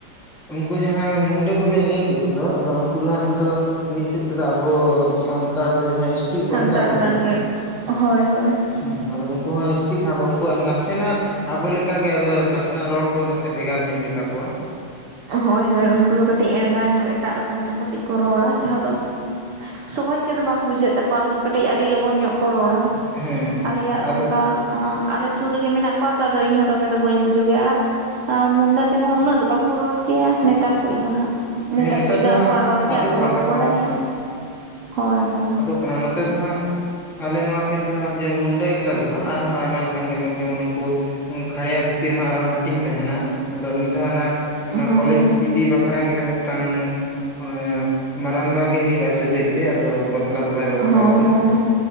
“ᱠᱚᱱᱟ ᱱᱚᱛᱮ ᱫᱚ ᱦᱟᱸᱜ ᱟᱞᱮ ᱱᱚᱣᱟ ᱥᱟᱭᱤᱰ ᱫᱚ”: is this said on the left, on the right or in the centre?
Centre